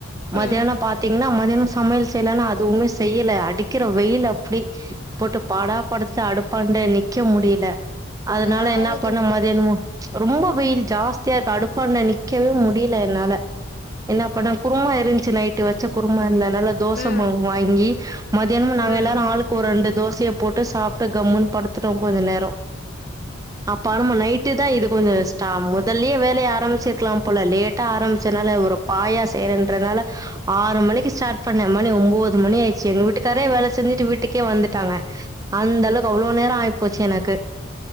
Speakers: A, on the right; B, on the left.
A: மத்தியானம்
B: ம்
A: பாத்தீங்கன்னா? மத்தியானம் சமையல் செய்யலா, அதுவுமே செய்யல அடிக்கிற வெயில் அப்டி. போட்டு படா படுத்து அடுப்பாண்ட நிக்க முடில அதனால
B: ஆமாங்க
A: என்ன பண்ண
B: தோழி
A: மதியானம ரொம்ப! வெயில் ஜாஸ்தியா இருக்கு அடுப்பு. அடுபாண்டா நிக்கவே முடில என்னால என்ன பண்ண
B: அப்டி
A: குருமா இருந்துச்சு, நைட்டு
B: ம்
A: வச்ச குருமா இருந் இல்ல. அதுனால தோச
B: ம்
A: மாவு
B: ம் ம்
A: வாங்கி? மதியான நாங்க
B: ம் ம்
A: எல்லாரும், ஆளுக்கு ஒரு ரெண்டு தோசைய போட்டு சாப்பிட்டு கம்முன் படுத்துட்டோ கொஞ்ச நேர அப்ப நம்ம நைட்டு தா இது கொஞ்ச ரெஸ்டா முதல்லயே வேலைய ஆரம்பிச்சிருக்கலாம் போல லேட்.. ஆரம்பிச்சதுனால ஒரு பாயா சேய்றன்துறனால ஆறு மணிக்கு ஸ்டார்ட் பன்னெ மணி ஒன்பது மணி ஆயிச்சு எங்க வீட்டுக்காரே வேலை செஞ்சுட்டு வீட்டுக்கே வந்துட்டாங்க அந்த அளவுக்கு அவ்வளோ நேர ஆயிப்போச்சு எனக்கு.